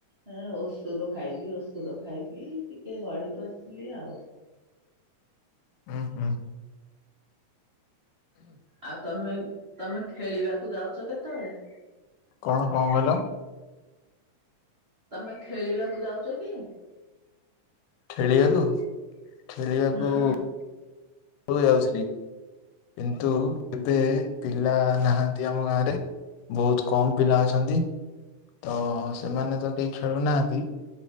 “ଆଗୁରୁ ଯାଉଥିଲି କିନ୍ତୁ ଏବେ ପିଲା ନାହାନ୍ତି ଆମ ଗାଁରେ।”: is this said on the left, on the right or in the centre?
Left